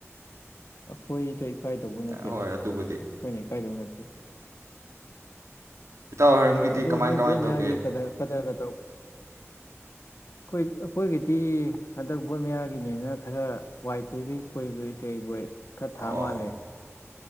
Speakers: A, on the left; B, on the right.
A: ꯑꯩꯈꯣꯏꯗ ꯏꯀꯥꯏꯗꯧꯕ ꯅꯠꯇꯦꯗ
B: ꯑ ꯍꯣꯏ
A: ꯑꯩꯈꯣꯏꯅ
B: ꯑꯗꯨꯕꯨꯗꯤ
A: ꯏꯀꯥꯏꯗꯧ ꯅꯠ ꯦ
B: ꯏꯇꯥꯎ ꯍꯣꯏꯔꯝꯒꯤꯗꯤ
A: ꯑꯗꯨ
B: ꯀꯃꯥꯏ
A: ꯃꯣꯏ
B: ꯀꯃꯥꯏꯅ
A: ꯕꯣꯠ ꯃꯌꯥꯒꯤ
B: ꯇꯧꯒꯦ
A: ꯀ ꯀꯗꯥ ꯀ ꯑꯩꯈꯣꯏꯒꯤꯗꯤ ꯍꯟꯗꯛ ꯕꯣꯠ ꯃꯌꯥꯒꯤꯅꯦꯅ ꯈꯔ ꯋꯥꯏ ꯇꯩꯕꯩ ꯀꯣꯏꯕꯩ ꯀꯩꯕꯣꯏ ꯀꯊꯥ
B: ꯑꯣ
A: ꯃꯥꯂꯦ